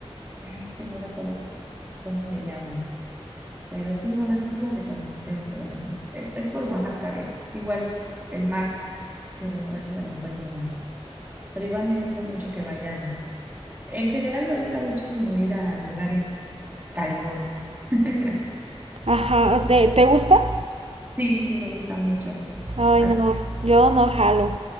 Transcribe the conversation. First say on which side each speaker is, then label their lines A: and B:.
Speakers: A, on the right; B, on the right.
A: ay, que no recuerdo cómo se llaman, pero tú no las, tú las de conocer, seguramente. Es, es por Oaxaca, es igual el mar, pero ahora que se me fue el nombre. Pero Iván me dice mucho que vayamos. En general me gusta mucho como ir a lugares calurosos. <laughs>
B: Ajá, ¿te, te gusta?
A: Sí, sí me gusta mucho.
B: Ay,
A: A-
B: no, yo no jalo.